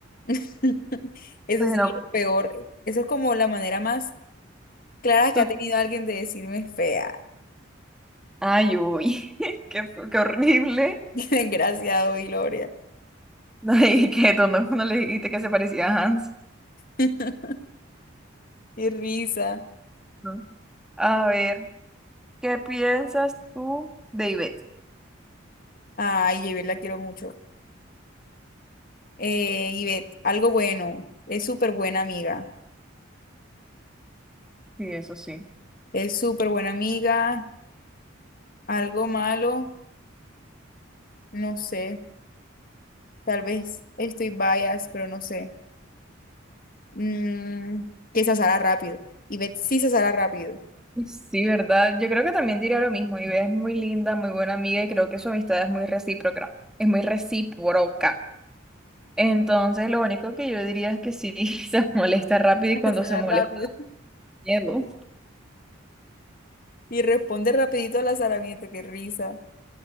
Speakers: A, on the left; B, in the centre.
A: <laughs> Eso
B: Oye,
A: sí es lo peor. eh, Eso es como la manera más clara que
B: no.
A: ha tenido alguien de decirme fea.
B: Ay, uy, <laughs> qué, fu- qué horrible.
A: <laughs>
B: <laughs>
A: Qué desgraciado, Gloria.
B: No le dije, que no, no le dijiste que se parecía a Hans.
A: <laughs> Qué risa.
B: ¿no? A ver, ¿qué piensas tú de Ivette?
A: Ay, Yvette, la quiero mucho. Eh, Yvette, algo bueno. Es súper buena amiga.
B: Sí, eso sí.
A: Es súper buena amiga. Algo malo, no sé. Tal vez estoy bias, pero no sé. Mm, que se asara rápido. Yvette sí se asara rápido.
B: Sí, ¿verdad? Yo creo que también diría lo mismo. Ivette es muy linda, muy buena amiga y creo que su amistad es muy recíproca. Es muy recíproca. Entonces, lo único que yo diría es que sí, <laughs> se molesta rápido
A: <laughs> Se
B: y cuando
A: asara
B: se molesta,
A: rápido.
B: miedo.
A: Y responde rapidito al azaramiento. Qué risa.